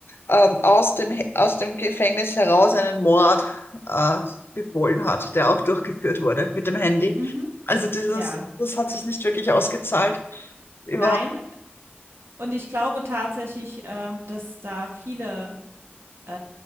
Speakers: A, on the left (about 65°); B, on the right (about 80°).
A: ähm, aus dem, aus dem Gefängnis heraus einen Mord äh, befohlen hat, der auch durchgeführt wurde mit dem Handy.
B: Mhm,
A: Also dieses,
B: ja.
A: das hat sich nicht wirklich ausgezahlt. Überhaupt.
B: Nein, und ich glaube tatsächlich, ähm, dass da viele äh,